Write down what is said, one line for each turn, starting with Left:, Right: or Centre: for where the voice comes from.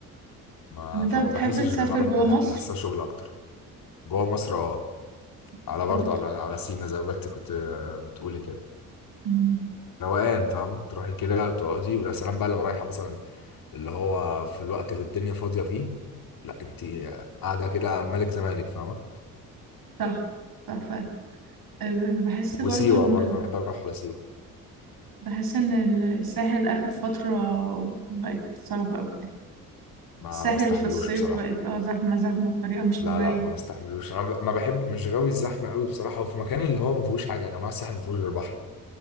Left: ما
Right: طب انت
Left: فما
Right: بتحب
Left: بحسش
Right: تسافر
Left: الامارات
Right: جوه
Left: بح-
Right: مصر
Left: بحسها شغل اكتر جوه مصر اه على
Right: بتحب
Left: برضه
Right: ت-
Left: على على سينا زي ما انت كنت بتقولي كده
Right: مم،
Left: روقان فاهمة تروحي كده تقعدي ويا سلام بقى لو رايحة مثلا اللي هو في الوقت اللي الدنيا فاضية فيه لا انت قاعدة كده ملك زمانك فاهمة
Right: صح صح فعلا. آه، بحس برضو
Left: وسيوة
Right: ان
Left: برضه انا بحب اروح على سيوة
Right: بحس إن ال- الساحل آخر فترة بقت صعبة أوي
Left: ما
Right: الساحل
Left: بستحملوش
Right: في الصيف
Left: بصراحة
Right: بقت اه زحمة زحمة بطريقة مش
Left: لا
Right: طبيعية
Left: لا ما بستحملوش انا ب- ما بحب مش غاوي الزحمة قوي بصراحة وفي مكان اللي هو ما فيهوش حاجة يا جماعة الساحل ما فيهوش غير بحر